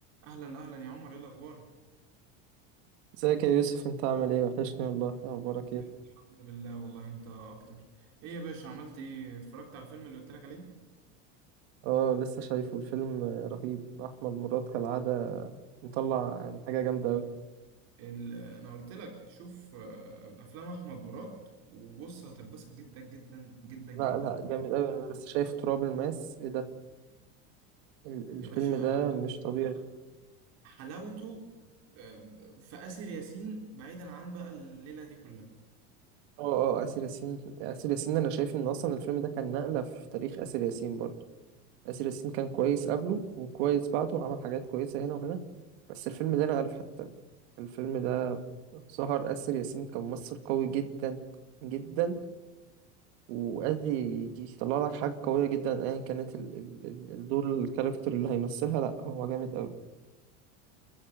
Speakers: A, on the right; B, on the right.
A: اهلا اهلا يا عمر ايه الاخبار
B: ازيك يا يوسف انت عامل ايه وحشني والله إيه اخبارك ايه
A: الحمد لله والله انت اكتر ايه يا باشا عملت ايه اتفرجت على الفيلم اللي قلت لك عليه
B: اه لسه شايفه الفيلم آه، رهيب احمد مراد كالعاده مطلع يعني حاجه جامده قوي
A: ال- انا قلت لك شوف آه، افلام احمد مراد وبص هتتبسط جدا جدا جدا جدا
B: لا لا جامد قوي انا لسه شايف تراب الماس ايه ده ال- الفيلم
A: يا باشا
B: ده مش طبيعي
A: ده حلاوته آه، في آسر ياسين بعيدا عن بقى الليلة دي كلها
B: اه اه اسر ياسين اسر ياسين انا شايف ان اصلا الفيلم ده كان نقله في تاريخ اسر ياسين برضه اسر ياسين كان كويس قبله وكويس بعده وعمل حاجات كويسه هنا وهنا بس الفيلم ده نقله في حته تانية الفيلم ده ظهر اسر ياسين كممثل قوي جدا جدا وقصدي يطلع لك حاجة قوية جدا ايا كانت ال ال ال الدور الكاركتر اللي هيمثلها لا هو جامد قوي